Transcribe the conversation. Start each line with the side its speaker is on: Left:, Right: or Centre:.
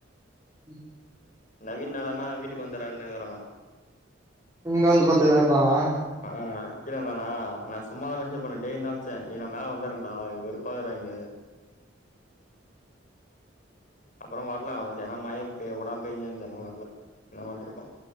Right: <inaudible>
Left: நவீன் ன்னடானா வீட்டுக் வந்துறேன்னுக்குறா
Right: இங்க வந்து பத்துக்கறன்டிரான்னா
Left: ஆ கீழ இருந்தானா நா சும்மாதா மசேஜ் பண்ண டேய்யின் தா அம்ச்சே நீ நா மேல வந்தற்றன்டா வெறுப்பாறா இங்க அப்பறோ வர்ல ஏன்னா மய உடாம் பெய்ங்கன்தது அனால வர்ல என்ன வண்ட்ருப்பா